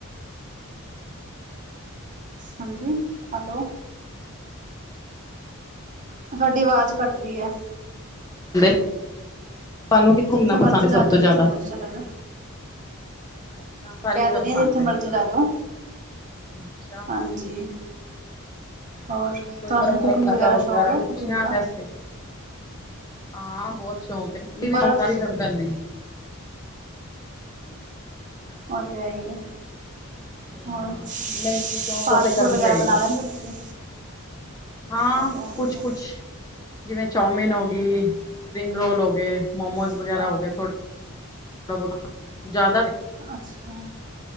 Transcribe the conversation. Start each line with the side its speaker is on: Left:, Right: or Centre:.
Right: ਹਾਂਜੀ ਹੈਲੋ। ਤੁਹਾਡੀ ਆਵਾਜ਼ ਕੱਟ ਰੀ ਹੈ।
Left: ਤੁਹਾਨੂੰ ਕਿ ਘੁੰਮਣਾ
Right: ਜਿੱਥੇ ਮਰਜ਼ੀ
Left: ਪਸੰਦ ਹੈ
Right: ਲੈ
Left: ਸਭ
Right: ਜਾਓ
Left: ਤੋਂ
Right: ਜਿੱਥੇ
Left: ਜ਼ਿਆਦਾ?
Right: ਮਰਜ਼ੀ ਚਲੇ ਜਾਓ
Left: ਅੱਛਾ ਸਾਰੀ
Right: ਕਹਿ
Left: ਜਗਾ
Right: ਤੇ ਰਹੀ
Left: ਪਸੰਦ
Right: ਹਾਂ ਜਿੱਥੇ ਮਰਜ਼ੀ
Left: ਹੈ ਮਤਲਬ
Right: ਲੈ ਜਾਓ
Left: ਅੱਛਾ।
Right: ਹਾਂਜੀ, ਹੋਰ?
Left: ਕੋਈ
Right: ਤੁਹਾਨੂੰ
Left: ਬਰਫ
Right: ਕੁਕਿੰਗ
Left: ਵਾਲਾ ਇਲਾਕਾ
Right: ਵਗੈਰਾ
Left: <unintelligible> ਹੋਰ
Right: ਸ਼ੌਕ ਹੈ ਕੁਕਿੰਗ
Left: ਪੁੱਛਿਆ
Right: ਦਾ
Left: ਵੈਸੇ। ਹਾਂ ਬਹੁਤ ਸ਼ੌਕ ਹੈ, ਐਦੀ
Right: ਬਰਫ਼
Left: ਵੀ ਸ਼ੌਕਦਾਰੀ ਕਰਨੀ ਪੈਂਣ ਦੀ ਐ।
Right: ਉਹ ਤੇ ਹੈ ਹੀ ਐ।
Left: ਹਾਂ
Right: ਹੋਰ, ਫਾਸਟ
Left: ਨਹੀਂ ਸ਼ੌਕ ਉਹ ਤੇ ਕਰਨੀ
Right: ਫੂਡ ਵਗੈਰਾ
Left: ਪਏਗੀ
Right: ਬਣਾ ਲੈਂਦੇ ਹੋ ਤੁਸੀਂ?
Left: ਹਾਂ
Right: ਉਹ ਤਾਂ ਹੈ ਹੀ
Left: ਕੁਛ-ਕੁਛ
Right: ਆ
Left: ਜਿਵੇਂ ਚੌਮਿਨ ਹੋ ਗਈ, ਸਪਰਿੰਗ ਰੋਲ ਹੋ ਗਏ, ਮੋਮੋਸ
Right: ਅੱਛਾ
Left: ਵਗੈਰਾ ਹੋ ਗਏ ਥੋੜਾ ਥੋੜੇ ਬਹੁਤ ਜ਼ਿਆਦਾ ਨਹੀ।
Right: ਅਛਾ,